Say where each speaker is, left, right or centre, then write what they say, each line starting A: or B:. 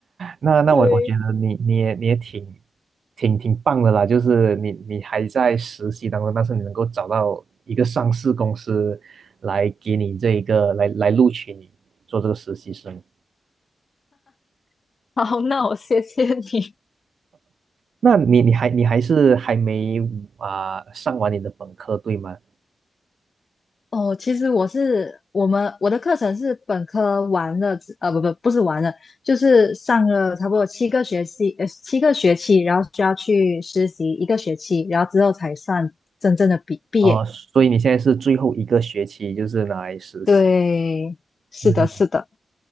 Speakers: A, on the right; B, on the left.
A: 那那我我觉得你你也你也挺
B: 对，
A: 挺挺棒的啦，就是你你还在实习当中，但是你能够找到一个上市公司来给你这一个来来录取你做这个实习生。
B: <laughs> 好，那我谢谢你。
A: 那你你还你还是还没啊、上完你的本科对吗？
B: 哦，其实我是我们我的课程是本科完了之呃，不不不是完了，就是上了差不多七个学期，呃，七个学期，然后需要去实习一个学期，然后之后才算真正的毕毕业。
A: 哦、所以你现在是最后一个学期就是拿来实习。
B: 对，是的，
A: 嗯，
B: 是的。